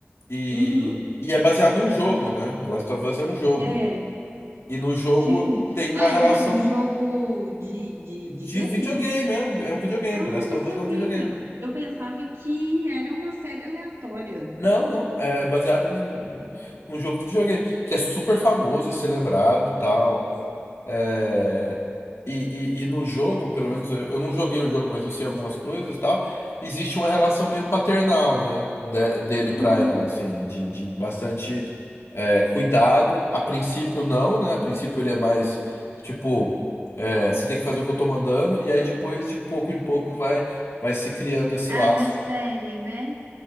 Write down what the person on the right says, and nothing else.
Uhum.
É.
Sim.
Ah,
é? Um jogo de, de,
de game?
Ah,
não
sabia.
Eu pensava que era uma série aleatória.
Uhum.
Ah,
na série, né?